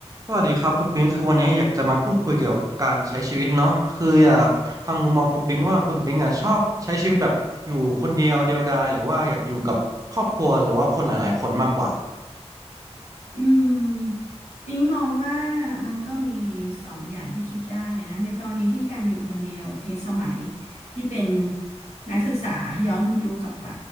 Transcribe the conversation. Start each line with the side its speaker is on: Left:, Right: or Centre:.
Right: สวัสดีครับคุณปิงคือวันนี้อยากจะมาพูดคุยเกี่ยวกับการใช้ชีวิตเนาะคืออยากฟังมุมมองคุณปิงว่าคุณปิงอ่ะชอบใช้ชีวิตแบบอยู่คนเดียวเดียวดายหรือว่าอยากอยู่กับครอบครัวหรือว่าคนหลายๆคนมากกว่า
Left: อืมปิ๊งมองว่ามันก็มีสองอย่างที่คิดได้อะนะในกรณีที่การอยู่คนเดียวโอเคสมัยที่เป็นนักศึกษาย้อนยุคกลับไป